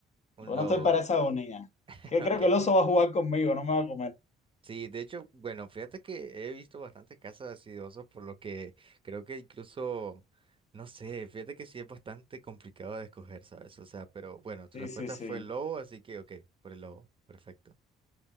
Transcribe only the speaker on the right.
Un
lobo.
<laughs>
Ok.
Sí, de hecho, bueno, fíjate que he visto bastantes casos así de osos, por lo que creo que incluso, no sé, fíjate que sí es bastante complicado de escoger, ¿sabes? O sea, pero bueno, tu
respuesta
fue el lobo, así que ok, por el lobo, perfecto.